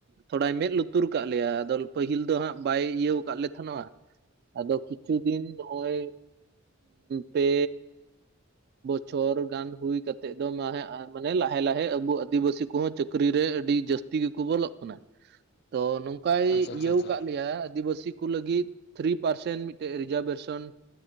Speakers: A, on the right; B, on the left.
A: ᱛᱷᱚᱲᱟᱭ ᱢᱮᱫᱽ ᱞᱩᱛᱩᱨ ᱠᱟᱜ ᱞᱮᱭᱟ ᱟᱫᱚ ᱯᱟᱹᱦᱤᱞ ᱫᱚ ᱦᱟᱸᱜ ᱵᱟᱭ ᱤᱭᱟᱹᱣ ᱟᱠᱟᱜ ᱞᱮ ᱛᱟᱦᱮᱱᱚᱜᱼᱟ ᱟᱫᱚ ᱠᱤᱪᱷᱩ ᱫᱤᱱ ᱱᱚᱜᱼᱚᱭ ᱯᱮ ᱵᱚᱪᱷᱚᱨ ᱜᱟᱱ ᱦᱩᱭ ᱠᱟᱛᱮᱜ ᱫᱚ ᱢᱟᱱᱮ ᱞᱟᱦᱮ ᱞᱟᱦᱮ ᱟᱵᱚ ᱟᱹᱫᱤᱵᱟᱹᱥᱤ ᱠᱚᱦᱚᱸ ᱪᱟᱹᱠᱨᱤ ᱨᱮ ᱟᱹᱰᱤ ᱡᱟᱹᱥᱛᱤ ᱛᱤᱜᱤ ᱠᱚ ᱵᱚᱞᱚᱜ ᱠᱟᱱᱟ ᱛᱚ ᱱᱚᱝᱠᱟᱭ
B: ᱟᱪᱪᱷᱟ ᱟᱪᱪᱷᱟ
A: ᱤᱭᱟᱹᱣ
B: ᱟᱪᱪᱷᱟ
A: ᱟᱠᱟᱫ ᱞᱮᱭᱟ ᱟᱹᱫᱤᱵᱟᱹᱥᱤ ᱠᱩ ᱞᱟᱹᱜᱤᱫ ᱛᱷᱨᱤ ᱯᱟᱨᱥᱮᱱ ᱢᱤᱫᱴᱮᱡ ᱨᱤᱡᱟᱨᱵᱷᱮᱥᱚᱱ